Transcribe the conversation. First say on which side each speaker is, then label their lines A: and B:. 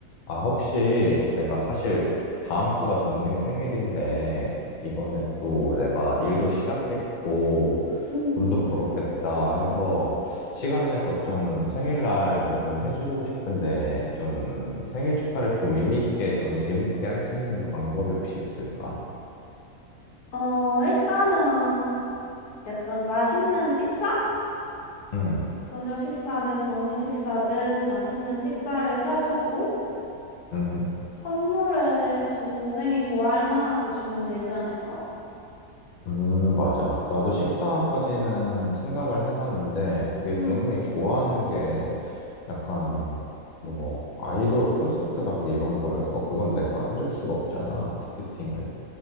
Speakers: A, on the left; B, on the left.
A: 아, 혹시 내가 사실 다음 주가 동생 생일인데, 이번에 또 내가 일도 시작했고,
B: 음.
A: 돈도 벌었겠다 해서, 시간 내서 좀 생일날 뭐 좀 해주고 싶은데, 좀 생일 축하를 좀 의미 있게 좀 재밌게 할 수 있는 방법이 혹시 있을까?
B: 어, 일단은 약간 맛있는 식사?
A: 응,
B: 저녁 식사든 점심 식사든 맛있는 식사를 사주고
A: 응,
B: 선물을 조, 동생이 좋아할 만한 거 주면 되지 않을까?
A: 음, 맞아. 나도 식사까지는 생각을 해봤는데, 이게
B: 음.
A: 동생이 좋아하는 게 약간 뭐 아이돌 콘서트 가기 이런 거여서 그건 내가 해줄 수가 없잖아 티켓팅을